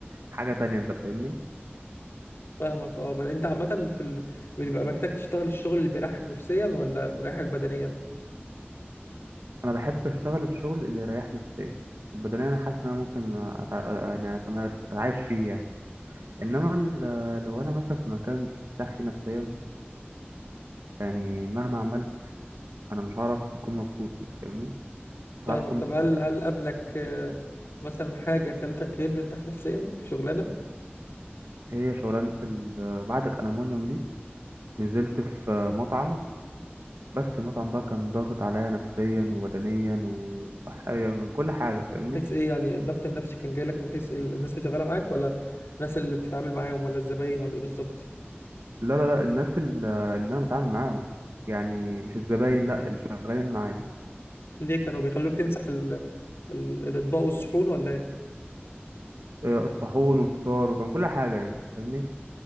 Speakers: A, on the right; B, on the left.
A: حاجة تانية أنت فاهمني
B: فاهمك اه ب- انت عامه في ال... بتبقى محتاج تشتغل الشغل اللي بيريحك نفسيا ولا بيريحك بدنيا
A: أنا بحب أشتغل الشغل اللي يريح نفسيا البدنية أنا حاسس إن أنا ممكن أتع... يعني أتمل... أتعايش فيه يعني إنما ال- لو أنا مثلا في مكان مش مرتاح فيه نفسيا يعني مهما عملت أنا مش هعرف أكون مبسوط أنت فاهمني مش
B: فاهمك
A: هعرف أكون
B: طب
A: مستريح
B: هل هل قابلك آه، مثلا حاجه خلتك غير مرتاح نفسيا في شغلانه
A: هي شغلانة ال... بعد الألمونيوم دي نزلت في مطعم بس المطعم بقى كان ضاغط عليا نفسيا وبدنيا وصحيا من كل حاجة فاهمني
B: من حيث ايه يعني الضغط النفسي كان جايلك من حيث ال- الناس اللي شغاله معاك ولا الناس اللي بتتعامل معاهم ولا الزباين ولا ايه بالظبط
A: لا لا لا الناس ال- اللي أنا بتعامل معاهم يعني مش الزباين لا اللي شغالين معايا
B: ليه كانوا بيخلوك تمسح ال... ال... الاطباق والصحون ولا ايه
A: آه، الصحون والفطار وكان كل حاجة يعني فاهمني